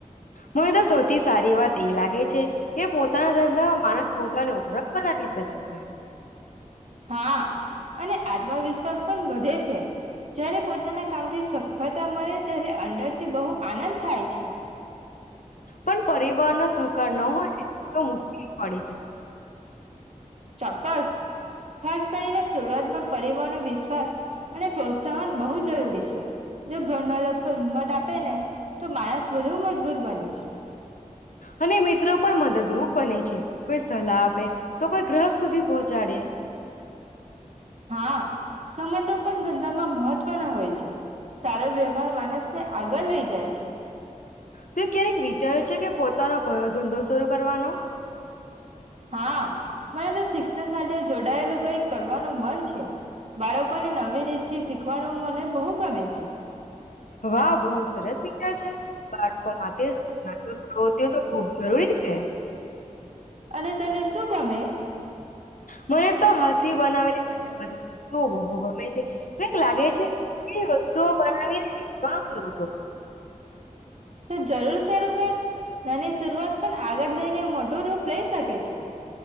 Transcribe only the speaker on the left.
મને તો સૌથી સારી વાત એ લાગે છે, કે પોતાના ધંધામાં માણસ પોતાની ઓરખ બનાવી શકે છે.
પણ પરિવારનો સહકાર ન હોય તો મુશ્કેલી પડે છે.
અને મિત્રો પણ મદદરૂપ બને છે, કોઈ સલાહ આપે તો કોઈ ગ્રાહક સુધી પહોંચાડે.
તો ક્યારેક વિચાર્યું છે, કે પોતાનો કયો ધંધો સરૂ કરવાનો?
વાહ બહુ સરસ વિચાર છે, બાળકો માટે સ <unintelligible> પ્રવૃતિઓ તો ખૂબ જરૂરી છે.
મને તો હાથથી
બનાવેલી સજાવટની
વસ્તુઓ બહુ ગમે
છે કંઈક લાગે
છે કે વસ્તુઓ
બનાવીને વેચવાનું
શરૂ કરું